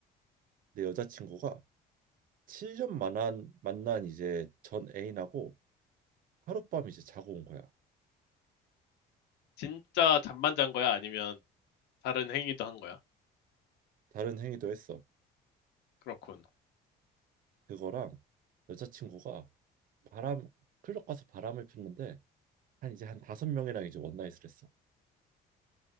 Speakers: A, on the right (about 55°); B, on the left (about 80°).
A: 내 여자친구가 7년 만난 만난 이제 전 애인하고 하룻밤 이제 자고 온 거야.
B: 진짜 잠만 잔 거야? 아니면 다른 행위도 한 거야?
A: 다른 행위도 했어.
B: 그렇군.
A: 그거랑 여자친구가 바람 클럽 가서 바람을 피는데 한 이제 한 다섯 명이랑 이제 원나잇을 했어.